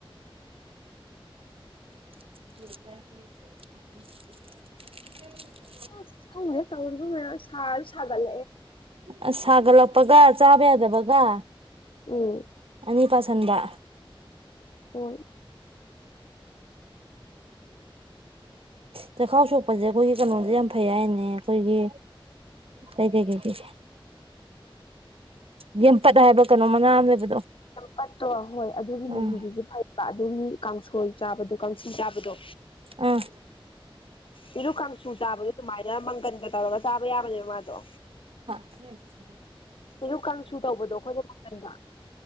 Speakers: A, on the right; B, on the left.
A: <unintelligible>
B: ꯑ ꯈꯪꯉꯅꯦꯦ ꯇꯧꯔꯒ ꯃ ꯀꯥꯔ ꯁꯥꯒꯜ
A: ꯑꯁ ꯁꯥꯒꯠꯂꯛꯄꯒ ꯆꯥꯕ ꯌꯥꯗꯕꯒ
B: ꯎꯝ
A: ꯅꯤ ꯄꯁꯗ
B: ꯍꯣꯏ
A: ꯆꯈꯥꯎ ꯁꯣꯛꯄꯁꯦ ꯑꯩꯈꯣꯏꯒꯤ ꯀꯩꯅꯣꯁꯦ ꯌꯥꯝ ꯐꯩ ꯍꯥꯏꯅꯦ ꯑꯩꯈꯣꯏꯒꯤ ꯀꯩ ꯀꯩ ꯀꯩꯩ ꯌꯦꯦꯝꯄꯠ ꯍꯥꯏꯕ ꯀꯩꯅꯣ ꯃꯅꯥ ꯑꯃ ꯂꯩꯕꯗꯣ
B: ꯄꯠꯇ꯭ꯔꯣ ꯍꯣꯏ ꯑꯗꯨꯒꯤ
A: ꯎꯝ
B: ꯃꯍꯤꯗꯨꯁꯨ ꯐꯩꯕ ꯑꯗꯨꯒꯤ ꯀꯥꯡꯁꯣꯏ ꯆꯥꯕꯗꯣ ꯀꯥꯡꯁꯨ ꯆꯥꯕꯗꯣ
A: ꯑꯥ
B: ꯏꯩꯅꯣ ꯀꯥꯡꯁꯨ ꯆꯥꯕꯗꯣ ꯑꯗꯨꯃꯥꯏꯅ ꯃꯪꯒꯟꯒ ꯇꯧꯔꯒ ꯆꯥꯕ ꯌꯥꯕꯅꯦꯕ ꯃꯥꯗꯣ
A: ꯊꯦ ꯁꯔ
B: ꯁꯤꯁꯨ ꯀꯥꯡꯁꯨ ꯇꯧꯕꯗꯣ ꯑꯩꯈꯣꯏꯅ ꯃꯇꯝꯄꯟꯗ